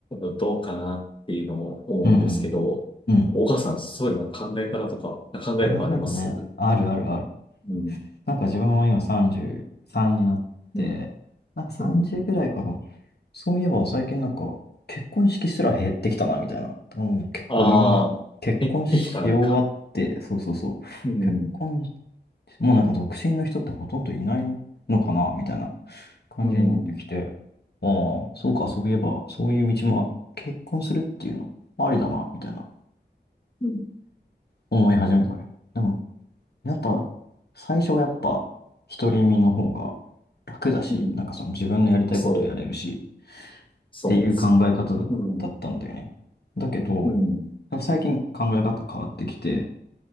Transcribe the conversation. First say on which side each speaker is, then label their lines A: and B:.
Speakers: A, on the left (about 30°); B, on the left (about 65°).
A: どうかなっていうのを思うんですけど、
B: うん、うん。
A: 岡さん、そういうのは考え方とか、考えとかありますう
B: 考え方ね、あるあるある。
A: ん。
B: なんか自分も今33になって、
A: うん。
B: なんか30ぐらいから、
A: うん
B: そういえば最近なんか結婚式すら減ってきたな、みたいな。あの、結構みんな結婚し終わって、
A: ああ、減ってきたなんか。
B: そうそうそう。
A: うん、
B: 結婚もうなんか独身の人ってほとんどいないのかなみたいな感じになってきて、
A: うん、うん、
B: ああ、そうか、そういえば、そういう道も結婚するっていうのもありだな、みたいな
A: うん、
B: 思い始めたけど。でも、やっぱ、最初はやっぱ、独り身の方が楽だし、
A: うん
B: なんかその自分のやりたいことをやれるし、
A: そう、
B: っていう考え方だだったんだよね。
A: そう、うん、
B: だけど、
A: うん、
B: なんか最近考え方変わってきて、